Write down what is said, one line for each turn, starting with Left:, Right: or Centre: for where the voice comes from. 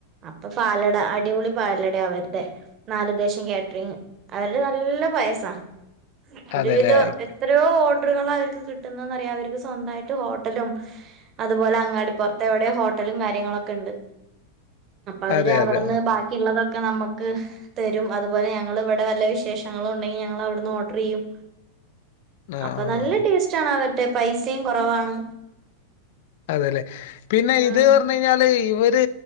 Right: അപ്പൊ പാലട അടിപൊളി പാലട അവരുടെ നാലല്ദേശം കാറ്ററിങ് അവരുടെ നല്ല പായസാ ഒരുവിധം
Left: അതെല്ലേ ആയിക്കോ.
Right: എത്രയോ ഓർഡറുകൾ അവർക്ക് കിട്ടുന്നന്ന്റിയ സ്വന്തമായിട്ട് ഹോട്ടലും അതുപോലെ അങ്ങാടി പുറത്തെ എവിടെ ഹോട്ടലും കാര്യങ്ങളൊക്കെ ഉണ്ട് അവര്
Left: അതെ
Right: അവിടുന്ന്
Left: അതെ
Right: ബാക്കിയുള്ളതൊക്കെ ഒെ നമ്മക്ക് തരും അതുപോലെ ഞങ്ങ ഇവിടെ വല്ല വിശേഷങ്ങളും ഉണ്ടെങ്കിൽ ഞങ്ങ അവിടുന്ന് ഓർഡർ ചെയ്യും
Left: ആ
Right: അപ്പൊ നല്ല
Left: ആ
Right: ടേസ്റ്റ് ആണ അവരുടെ പൈസയും കുറവാണ്
Left: അതെലെ പിന്നെ
Right: ഉം
Left: ഇത് പർഞ്ഞൈഞ്ഞാല് ഇവര്